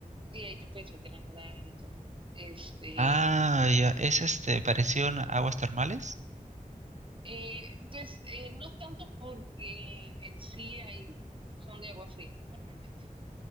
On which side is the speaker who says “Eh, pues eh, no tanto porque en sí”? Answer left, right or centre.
Right